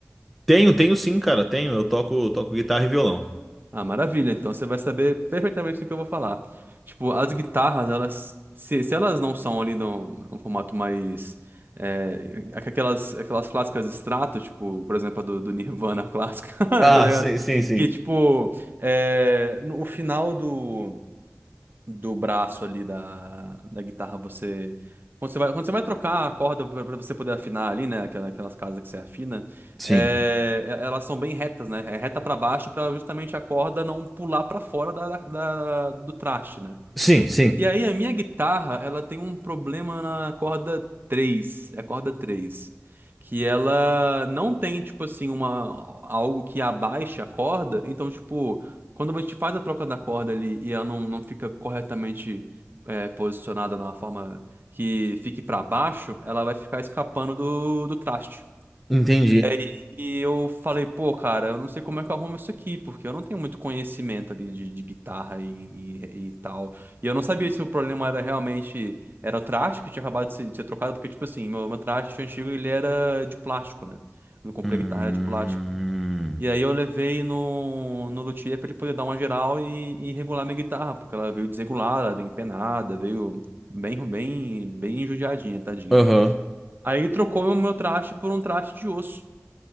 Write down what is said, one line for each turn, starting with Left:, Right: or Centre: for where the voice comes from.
Centre: Tenho, tenho sim, cara, tenho. Eu toco, toco guitarra e violão.
Right: Ah, maravilha. Então você vai saber perfeitamente do que eu vou falar. Tipo, as guitarras, elas, se, se elas não são ali num, num formato mais é, aqu- aquelas, aquelas clássicas extrato, tipo, por exemplo, a do, do Nirvana clássica, <laughs> tá
Centre: Ah,
Right: ligado?
Centre: sim, sim, sim.
Right: Que tipo, é, no, o final do do braço ali da, da guitarra, você. Quando você vai, quando você vai trocar a corda para você poder afinar ali, né? Aquela, aquelas casas que você afina,
Centre: Sim.
Right: é, e- elas são bem retas, né? É reta para baixo para justamente a corda não pular para fora da, da- da- do traste, né?
Centre: Sim, sim.
Right: E aí a minha guitarra, ela tem um problema na corda 3, é a corda 3, que ela não tem tipo assim uma algo que abaixe a corda, então tipo, quando a gente faz a troca da corda ali e ela não, não fica corretamente é, posicionada na forma que fique para baixo, ela vai ficar escapando do, do traste.
Centre: Entendi.
Right: E aí eu falei, pô, cara, eu não sei como é que eu arrumo isso aqui, porque eu não tenho muito conhecimento ali de, de guitarra e, e, e tal. E eu não sabia se o problema era realmente, era o traste que tinha acabado de ser, de ser trocado, porque, tipo assim, meu, meu traste antigo, ele era de plástico, né? Quando eu comprei
Centre: Hum,
Right: a guitarra, era de plástico. E aí eu levei no, no luthier pra ele poder dar uma geral e, e regular minha guitarra, porque ela veio desregulada, veio empenada, veio bem, bem, bem judiadinha, tadinha.
Centre: Aham.
Right: Aí ele trocou o meu traste por um traste de osso.